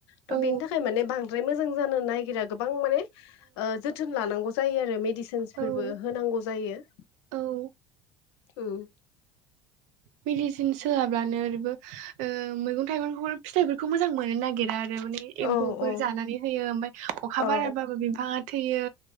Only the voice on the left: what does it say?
थ'
बिनि थाखाय माने बांद्राय मोजां जानो नायगिरा गोबां माने ओ जोथोन लानांगौ जायो आरो मेडिसिनसफोरबो
होनांगौ जायो।
ओम।
औ औ
औ